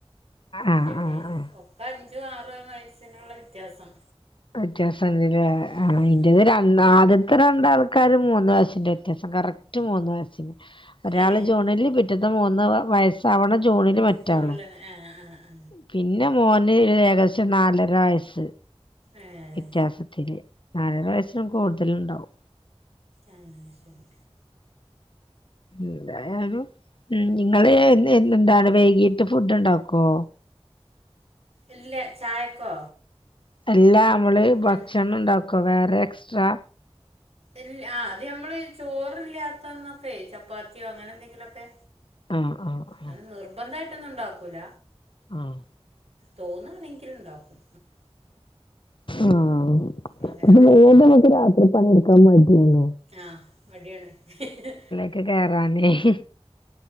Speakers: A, on the left; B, on the right.
A: ആഹ്
B: ൻ്റെടെല്
A: ആഹ് ആഹ്
B: ഒക്കെ അഞ്ചും, ആറും, വയസിനുള്ള വ്യത്യാസം.
A: വെറ്റൃസണ്ട്ലെ
B: ഉം
A: ആ
B: ഉം
A: ൻ്റെത്
B: ഉം
A: രൺ ന്നാദ്യത്തെ രണ്ടാൾക്കാരും മൂന്ന് വയസിന്റെ വെത്യാസം കറക്റ്റ് മൂന്ന് വയസിൻ്റെ ഒരാള്
B: ഏ
A: ജൂണില് പിറ്റത്തെ മൂന്ന് വയസ്സാവ്ണ ജൂണില് മറ്റാളും.
B: ജൂണിലാണ് ആ ആ ആ ആ
A: പിന്നെ മോന് ഒരെകദേശം നാലര വയസ്സ്.
B: ഏ
A: വെത്യാസത്തില് നാലരവയസ്സിന് കൂടുതലുണ്ടാവും.
B: ആഹ് ശെരി.
A: ഏതായാലും ഉം നിങ്ങള് എന്ന് <unintelligible> വൈകീട്ട് ഫുഡ്ണ്ടാക്കേ.
B: ഇല്ല ചായക്കോ?
A: എല്ലാ മ്മള് ഭക്ഷണണ്ടാക്കോ
B: ഉം.
A: വേറെ എക്സ്ട്രാ..
B: ല് ആ അത് നമ്മള് ചോറില്ലാത്ത ന്നൊക്കെ ചപ്പാത്തിയോ അങ്ങനെ ന്തെങ്കിലെക്കെ.
A: ആഹ് ആഹ് ആഹ്
B: അങ്ങന നിർബന്ധായിട്ടൊന്നുണ്ടാക്കൂല
A: ആഹ്
B: തോന്നാണെങ്കില്ണ്ടാകും
A: ആഹ്
B: അങ്ങനെയുള്ളൂ
A: ത് വെകങ്ങട്ട് രാത്രി പണിയെടുക്കാന് മടിയാണ്.
B: ആഹ് മടിയാണ് ഹ് ഹ്
A: ക്ക് കേറാനെ ഹ്